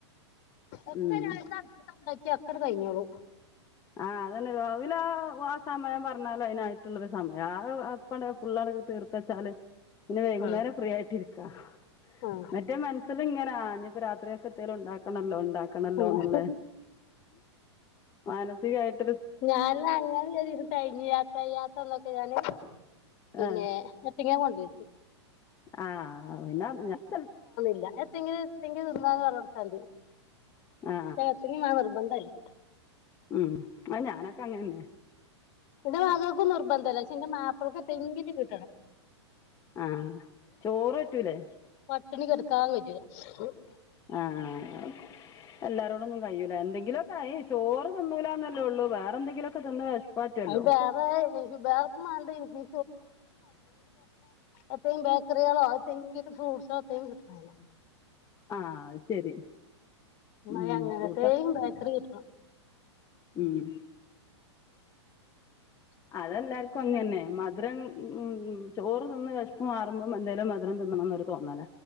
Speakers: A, on the left (about 45°); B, on the left (about 20°).
A: ഒക്കെ
B: ഉം
A: രാവിലെ ഇന്നാ അട്പ്പത്താ ഇണ്ടാ <unintelligible> കഴിഞ്ഞോളും
B: ആഹ് അതന്നെ രാവില ആ സമയം പറഞ്ഞാല അയിനായിട്ടുള്ളൊരു സമയ അത്‌ അപ്പണ ഫുള്ളടക്ക് തീർത്ത് വെച്ചാല് പിന്നെ വൈകുന്നേരം
A: ആഹ്
B: ഫ്രീ ആയിട്ടിരി <unintelligible>
A: ആഹ്
B: മറ്റേ മൻ അവ്ട്ന്ന് ഇങ്ങനാഞപ്പോ രാത്രിയൊ ഇപ്പത്തേലൊണ്ടാക്കണല്ലോ ഒണ്ടാക്കണല്ലോന്നുള്ള
A: ആഹ്
B: <unintelligible>
A: ഞാന് ഇത അങ്ങനെ ഒരു ദിവസം തെയ്ഞ്ഞില. തെയാത്തന്നൊക്കെ ഞാന് പിന്നെ
B: ആ
A: എത്തങ്ങേ കൊണ്ടരിച്ചു
B: ആഹ് പിന്ന ഞാൻ ചെൽ
A: ല്ല എത്തെങ്കിലും എത്തെങ്കിലും തിന്നാന്ന് പറഞ്ഞൊട്ത്താ മതി.
B: ആ
A: ഇപ്പയ്ന് എത്തെങ്കിലും മാണംന്ന് നിർബന്ധല്ല.
B: ഉം അത് ഞാനൊക്കെ അങ്ങനന്നെ.
A: എന്റെ മകൾക്കും നിർബന്ധംല്ല പക്ഷെ എന്റെ മാപ്പിൾക്കെ തെങ്കില് കിട്ടണം
B: ആ ചോറ് പറ്റൂലേ
A: പട്ടിണിടുക്കാതെ <unintelligible>
B: ആഹ എല്ലാരും ന്ന കഴയില്ല എന്ത ങ്കിലൊക്കെ ആ ചോറ് തിന്നൂലന്നല്ലേ ഉള്ളൂ വേറെ എന്തെങ്കിലുമൊക്കെ തിന്നഷപ്പാറ്റല്ലോ
A: അത് വേറെ വേറെക്കും വേണ്ട ഈ എപ്പളും ബേക്കറികളോ എത്തങ്കിലും ഫ്രൂട്ട്സോ <unintelligible> വേണം
B: ആ അത് ശരി
A: ന
B: ഉം
A: അങ്ങനത്തെെയ
B: ഫ്രൂട്ട്സൊക്കെ
A: ബേക്കറി കിട്ടണം
B: ഉം അതെല്ലാർക്കും അങ്ങനനെ മധുരം ഉ ചോറ് തിന്ന് വെഷ്പ് മാറുമ്പോം എന്തെലും മധുരം തിന്നണംനന്ന് ഒരു തോന്നല